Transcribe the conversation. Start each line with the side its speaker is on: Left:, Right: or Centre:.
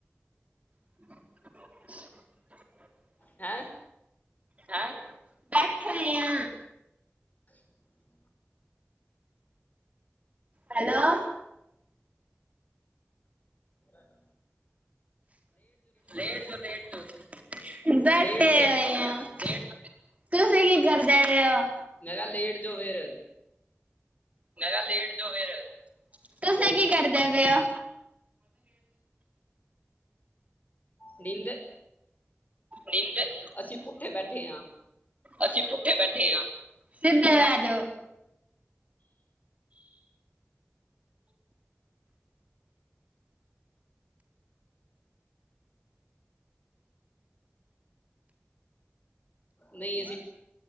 Right: <inaudible> <unintelligible>
Left: ਹੈਂ!
Right: ਹੈ ਬੈਠੇ ਹੋਏ ਆ।
Left: <unintelligible>
Right: ਹੈਲੋ।
Left: ਹਾਂਜੀ।
Right: ਲੇਟ ਜਾਉ-ਲੇਟ ਜਾਉ। ਬੈਠੇ
Left: ਲੇਟ ਫੇਰ
Right: ਉਏ ਆ, ਤੁਸੀਂ ਕੀ ਕਰਦੇ ਪੇ ਓ?
Left: ਮੈਂ ਕਿਆ, ਲੇਟ ਜੋ ਫੇਰ।
Right: ਮੈਂ ਕਿਹਾ, ਲੇਟ ਜੋ ਫੇਰ, ਤੁਸੀਂ ਕੀ ਕਰਦੇ ਪੇ ਓ?
Left: ਨਿੰਦਰ
Right: ਨਿੰਦਰ
Left: ਅਸੀਂ, ਪੁੱਠੇ ਬੈਠੇ ਆ।
Right: ਅਸੀਂ ਭੂੱਖੇ ਬੈਠੇ ਆ। ਸਿੱਧੇ ਵਹਿ ਜੋ।
Left: ਨਈ ਅਸੀਂ